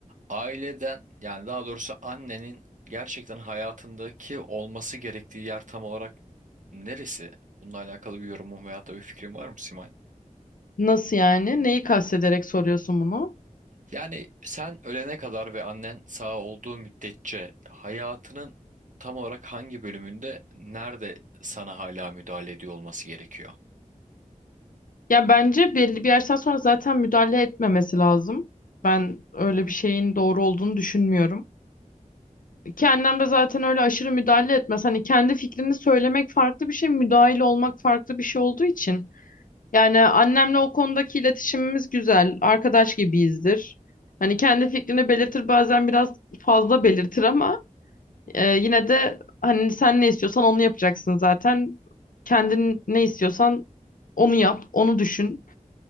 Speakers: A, on the right (about 65°); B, on the left (about 80°).
A: Aileden yani daha doğrusu annenin gerçekten hayatındaki olması gerektiği yer tam olarak neresi? Bununla alakalı bir yorumun veyahut da bir fikrin var mı Simay?
B: Nasıl yani? Neyi kastederek soruyorsun bunu?
A: Yani sen ölene kadar ve annen sağ olduğu müddetçe hayatının tam olarak hangi bölümünde nerede sana hala müdahale ediyor olması gerekiyor?
B: Ya bence belli bir yaştan sonra zaten müdahale etmemesi lazım. Ben öyle bir şeyin doğru olduğunu düşünmüyorum. Ki annem de zaten öyle aşırı müdahale etmez. Hani kendi fikrini söylemek farklı bir şey, müdahil olmak farklı bir şey olduğu için. Yani annemle o konudaki iletişimimiz güzel, arkadaş gibiyizdir. Hani kendi fikrini belirtir bazen biraz fazla belirtir ama e, yine de hani sen ne istiyorsan onu yapacaksın zaten. Kendin ne istiyorsan onu yap, onu düşün.